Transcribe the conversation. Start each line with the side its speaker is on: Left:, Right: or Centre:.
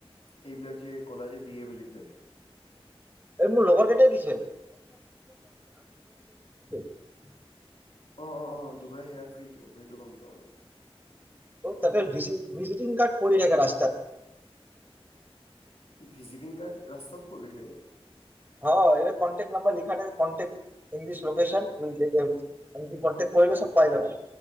Left: এইবিলাক যে কলা যে দিয়ে বুলি পেলাই।
Right: <unintelligible> লগৰ কেইটাই দিছে, <unintelligible> <unintelligible>
Left: অ' অ' অ' ডুবাই সেয়া ফ্ৰীটো, সেইটো গম পাওঁ
Right: তাতে, ভিজি-ভিজিটিং কাৰ্ড পৰি থাকে ৰাস্তাত।
Left: ভিজিটিং কাৰ্ড ৰাস্তাত পৰি থাকে?
Right: অ' কণ্টেক্ট নাম্বাৰ লিখা থাকে, contact in this location, you will get everything, <unintelligible> contact কৰিলে চব পাই যাবা